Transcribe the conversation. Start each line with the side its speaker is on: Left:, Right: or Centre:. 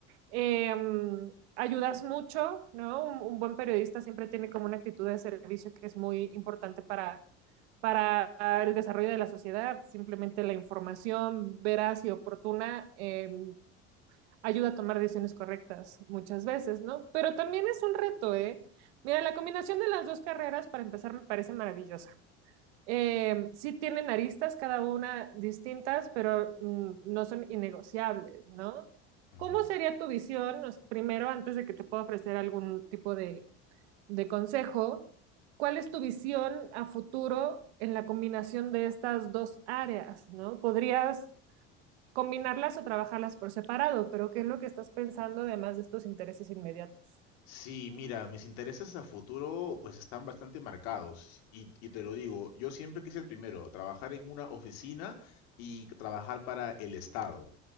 Right: em, ayudas mucho, ¿no? Un, un buen periodista siempre tiene como una actitud de servicio que es muy importante para, para el desarrollo de la sociedad. Simplemente la información veraz y oportuna. em, ayuda a tomar decisiones correctas muchas veces, ¿no? Pero también es un reto, ¿eh? Mira, la combinación de las dos carreras, para empezar, me parece maravillosa. Eh, sí tienen aristas cada una distintas, pero mm, no son innegociables, ¿no?
Left: Ujú.
Right: ¿Cómo sería tu visión? Pues, primero, antes de que te pueda ofrecer algún tipo de, de consejo, ¿cuál es tu visión a futuro en la combinación de estas dos áreas, ¿no? ¿Podrías combinarlas o trabajarlas por separado, pero ¿qué es lo que estás pensando además de estos intereses inmediatos?
Left: Sí, mira, mis intereses a futuro pues están bastante marcados y, y te lo digo, yo siempre quise primero trabajar en una oficina y trabajar para el Estado.